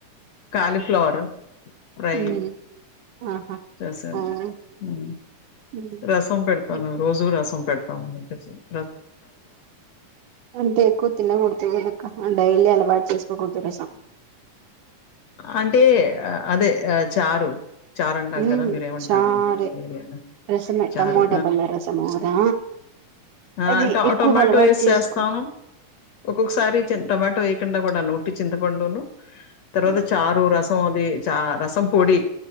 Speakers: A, on the left; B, on the right.
A: కాలిఫ్లవరు ఫ్రై
B: ఉమ్ ఆహా
A: రసం
B: అవును
A: ఉ
B: హ్మ్.
A: రసం పెడతాను
B: హ్మ్.
A: రోజూ రసం పెడతా అవును <inaudible>
B: అంటే ఎక్కువ తిన కుడదు కదా డైలీ అలవాటు చేసుకోకూడదు రసం
A: అంటే అదే ఆ చారు చారు అంటాం
B: ఉమ్
A: కదా మీరేమంటారొ
B: చారే
A: మీ ఎరియా లో నచారు
B: రసమే టమోటా పల్ల రసము కదా
A: ఆ
B: అది
A: ఆ
B: ఎక్కువ
A: టొమాటో
B: అలవాటు
A: వేసి
B: చేసుకో
A: చేస్తాము ఒక్కొక్కసారి టొమాటో వేయకుండా కూడా ను చింతపండును తర్వాత
B: హ్మ్.
A: చారు రసం చ రసం పొడి